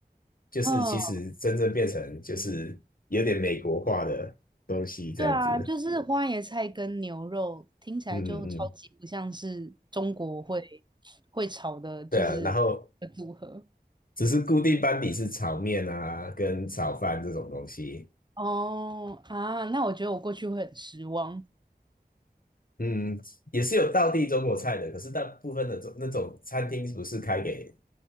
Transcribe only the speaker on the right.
嗯，对啊，就是花椰菜跟牛肉听起来就超级不像是中国会
会炒的，就是的组合。
哦啊，那我觉得我过去会很失望，